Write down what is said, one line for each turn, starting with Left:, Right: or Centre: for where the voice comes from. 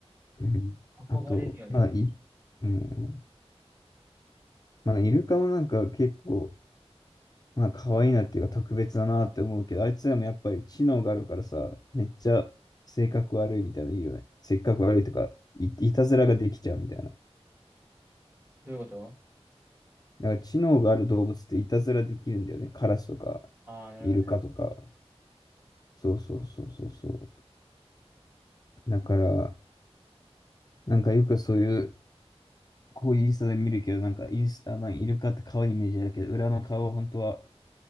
Left: うん。
Right: 憧れるよね。
Left: あと、まだい、うん。まだイルカもなんか結構、まあ可愛いなっていうか特別だなって思うけど、あいつらもやっぱり知能があるからさ、めっちゃ性格悪いみたいなのいいよね。性格悪いとか、い、いたずらができちゃうみたいな。だ
Right: どういうこと
Left: から知能がある動物っていたずらできるんだよね。カラスとか、
Right: ああー、なる
Left: イルカとか。そうそうそうそうそう。だから、なんかよくそういう、こういうインスタで見るけど、なんかインスタ、あのイルカって可愛いイメージあるけど、裏の顔は本当は